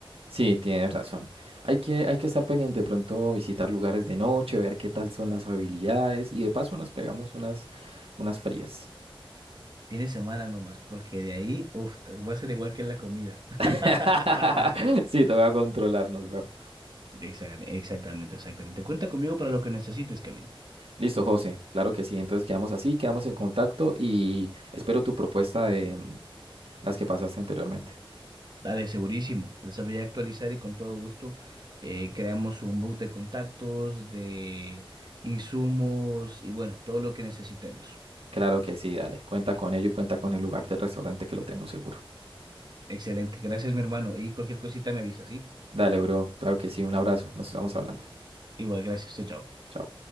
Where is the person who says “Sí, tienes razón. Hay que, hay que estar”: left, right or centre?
Right